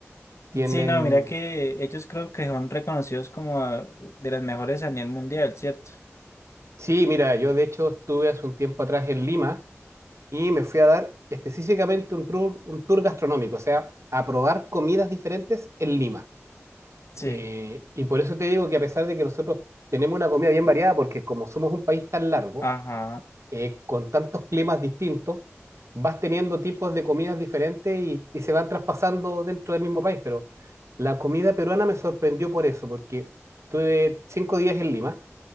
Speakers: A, on the right (about 75°); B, on the left (about 75°).
A: Tienen...
B: Sí, no, mira que ellos creo que son reconocidos como ah, de las mejores a nivel mundial, ¿cierto?
A: Sí, mira, yo de hecho estuve hace un tiempo atrás en Lima y me fui a dar específicamente un tour, un tour gastronómico, o sea, a probar comidas diferentes en Lima.
B: Sí,
A: Eh, y por eso te digo que a pesar de que nosotros tenemos una comida bien variada, porque como somos un país tan largo,
B: ajá,
A: eh, con tantos climas distintos, vas teniendo tipos de comidas diferentes y, y se van traspasando dentro del mismo país. Pero la comida peruana me sorprendió por eso, porque tuve cinco días en Lima,